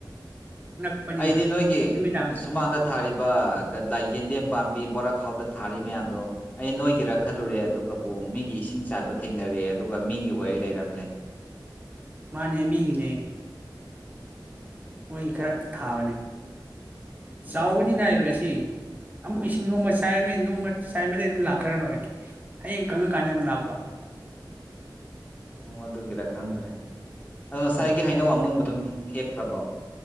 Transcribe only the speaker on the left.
ꯑꯩꯗꯤ ꯅꯣꯏꯒꯤ
ꯁꯨꯃꯥꯡꯗ
ꯊꯥꯔꯤꯕ ꯀꯥ ꯂꯥꯏ ꯌꯦꯟꯗꯦꯝ ꯄꯥꯝꯕꯤ ꯕꯣꯔꯥ ꯈꯥꯎꯗ ꯊꯥꯔꯤ ꯃꯌꯥꯝꯗꯣ ꯑꯩ ꯅꯣꯏꯒꯤꯔꯥ ꯈꯜꯂꯨꯔꯦ ꯑꯗꯨꯒꯕꯨ ꯃꯤꯒꯤ ꯏꯁꯤꯡ ꯆꯥꯏꯕ ꯊꯦꯡꯅꯔꯦ ꯂꯦ ꯑꯗꯨꯒ ꯃꯤꯒꯤ ꯑꯣꯏ ꯂꯩꯔꯝꯂꯦ
ꯎꯝ
<inaudible> ꯑꯣ ꯑꯗꯨꯒꯤꯔ ꯈꯪꯗ꯭ꯔꯦ ꯑꯗꯣ
ꯉꯁꯥꯏꯒꯤ
ꯍꯩꯅꯧ ꯑꯃꯨꯟꯕꯗꯨꯝ ꯍꯦꯛꯈ꯭ꯔꯕꯣ